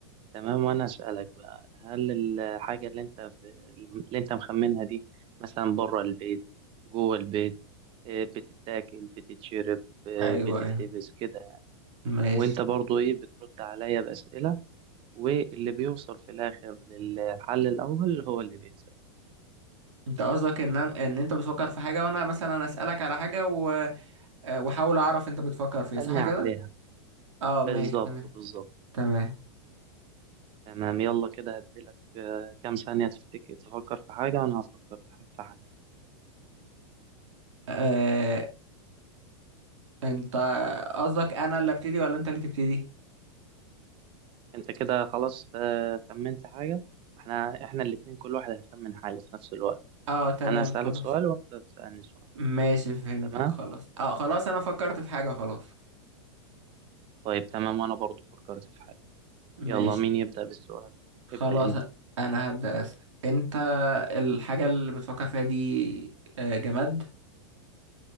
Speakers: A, on the right; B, on the right.
A: تمام وانا اسالك بقى هل الحاجه اللي انت في اللي انت مخمنها دي مثلا بره البيت جوه البيت آه، بتتاكل بتتشرب آه،
B: ايوه
A: بتتلبس
B: ايوه
A: كده يعني
B: ماشي
A: وانت برضو ايه بترد عليا باسئله واللي بيوصل في الاخر للحل الاول هو اللي بيكسب
B: انت قصدك ان أنا- ان انت بتفكر في حاجة وانا مثلا اسألك على حاجة و... آه، واحاول اعرف انت بتفكر في
A: اسالني
B: ايه صح
A: عليها
B: كده اه ماشي
A: بالظبط
B: تمام
A: بالظبط
B: تمام
A: تمام يلا كده هديلك آه، كام ثانيه تفتكر تفكر في حاجه وانا هفكر في حاجه
B: آه... انت قصدك انا اللي ابتدي ولا انت اللي تبتدي
A: انت كده خلاص آه، خمنت حاجة احنا احنا الاتنين كل واحد هيخمن حاجة في نفس الوقت
B: اه تمام
A: انا هسألك
B: خلاص
A: سؤال وانت تسألني سؤال
B: ماشي فهمتك
A: تمام
B: خلاص اه خلاص انا فكرت في حاجة خلاص
A: طيب تمام وانا برضو فكرت في حاجة يلا
B: ماشي
A: مين يبدأ بالسؤال
B: خلاص
A: ابدأ انت
B: انا هبدأ اسأل انت الحاجة اللي بتفكر فيها دي آه، جماد